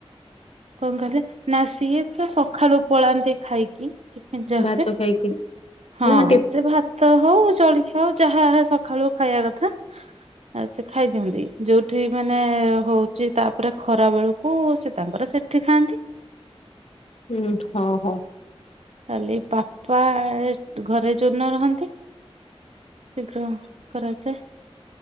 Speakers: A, on the right; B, on the left.
A: କଣ କହିଲେ, ନା, ସିଏ ତ ସକାଳୁ ପଳାନ୍ତି ଖାଇକି! ଜା
B: ଭାତ
A: ହଏ
B: ଖାଇକି
A: <inaudible> ହଁ,
B: ନା ଟି
A: ସେ ଭାତ! ଭାତ ହଉ ଜଳଖିଆ ହଉ ଯାହା ସକାଳୁ ଖାଇବା କଥା ସେ ଖାଇ ଦିଅନ୍ତି ଯୋଉଠି ମା ମାନେ ହଉଛି ତାପରେ ଖରା ବେଳକୁ ସେ ତାଙ୍କର ସେଠି ଖାଆନ୍ତି!
B: ହୁଁ, ହଁ, ହଉ!
A: ଖାଲି ପାପା ଘରେ ଯୋଉଦିନ ରହନ୍ତି ଶୀଘ୍ର କରାଯାଏ